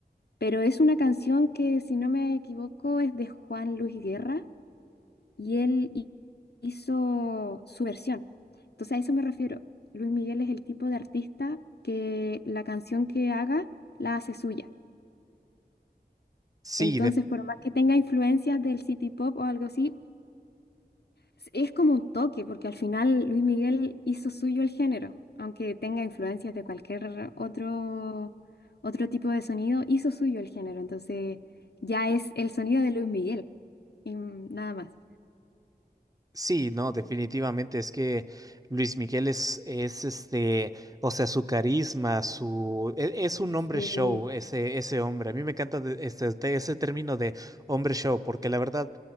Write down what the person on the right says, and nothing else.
Sí,
Sí, no, definitivamente es que Luis Miguel es, es este, o sea, su carisma, su, e- es, un hombre
show, ese, ese hombre. A mí me encanta de- este, de ese término de hombre show, porque la verdad,